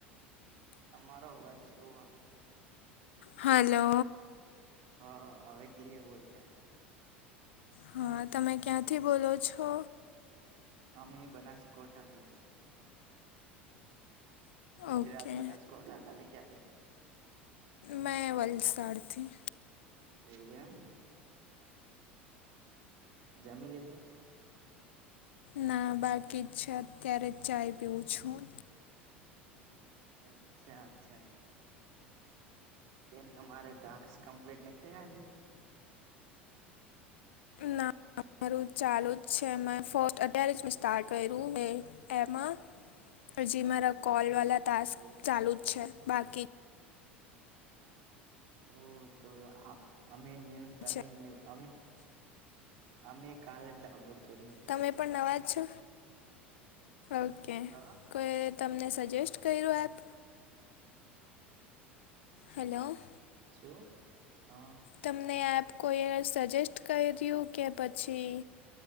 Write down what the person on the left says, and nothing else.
હલો.
હા તમે ક્યાંથી બોલો છો?
ઓકે
મેં વલસાડથી
ના બાકી જ છે અત્યારે ચાય પીવું
છું
ના મારું ચાલુ જ છે મે ફસ્ટ અત્યારે મે સ્ટાર્ટ કર્યું મે એમાં હજી મારા કોલ વાળા ટાસ્ક
ચાલુ જ છે બાકી
છે
તમે પણ નવાજ છે ઓકે
કોઈ તમને સજેસ્ટ કર્યો એપ હલો
તમને આપ કોઈએ સજેસ્ટ કરીયુ કે પછી